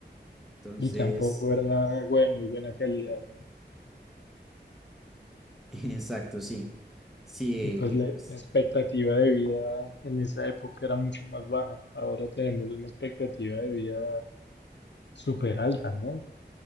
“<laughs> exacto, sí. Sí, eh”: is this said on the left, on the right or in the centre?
Centre